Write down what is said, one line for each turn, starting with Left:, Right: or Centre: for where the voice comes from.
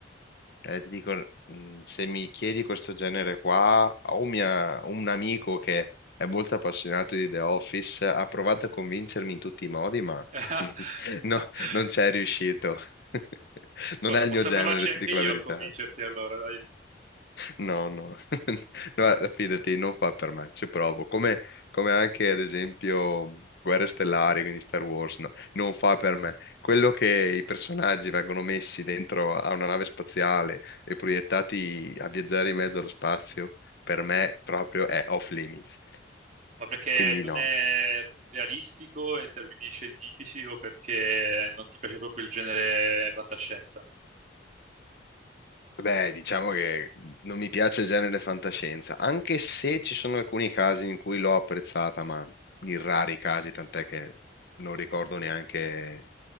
Left: Eh, ti dico, mh, se mi chiedi questo genere qua, ho mia- un amico che è molto appassionato di The Office, ha provato a convincermi in tutti i modi, ma
Right: <laughs>
Left: <laughs> no, non c'è riuscito. <laughs> Non
Right: Po-
Left: è il
Right: Posso
Left: mio genere,
Right: provarci anche
Left: ti dico
Right: io
Left: la verità.
Right: a convincerti allora, dai.
Left: No, no, <laughs> no, eh, fidati, non fa per me, ci provo. Come, come anche ad esempio Guerre Stellari, quindi Star Wars, no, non fa per me. Quello che i personaggi vengono messi dentro a una nave spaziale e proiettati a viaggiare in mezzo allo spazio, per me proprio è off limits.
Right: Ma perché
Left: Quindi
Right: non
Left: no,
Right: è realistico in termini scientifici o perché non ti piace proprio il genere fantascienza?
Left: Beh, diciamo che non mi piace il genere fantascienza, anche se ci sono alcuni casi in cui l'ho apprezzata, ma in rari casi, tant'è che non ricordo neanche